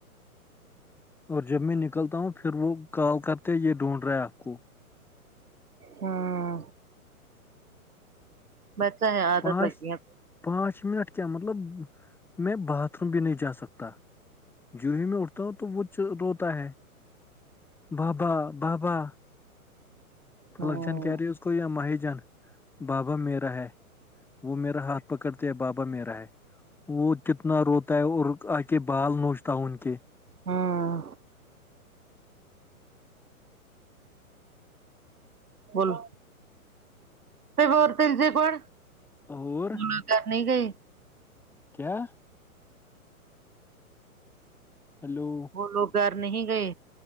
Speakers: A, in the centre; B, on the right.
A: اور جب میں نکلتا ہوں پھر وہ کال کرتے یہ ڈھونڈ رہا ہے آپ کو
B: ہاں بچہ ہے عادت
A: پانچ
B: لگ گئی اب
A: پانچ منٹ کیا مطلب میں باتھ روم بھی نہیں جا سکتا جوں ہی میں اٹھتا ہوں تو وہ چ روتا ہے بابا بابا فلک
B: ہوں
A: جان کہہ رہی اس کو یا ماہی جان بابا میرا ہے وہ میرا ہاتھ پکڑتے ہے بابا میرا ہے وہ کتنا روتا ہے اور آ کے بال نوچتا ہوں ان کے
B: ہاں بولو پ ہوور تل جے کوول
A: اور
B: ملہ کرنی گئی <unintelligible>
A: کیا ہیلو
B: وہ لوگ گھر نہیں گئے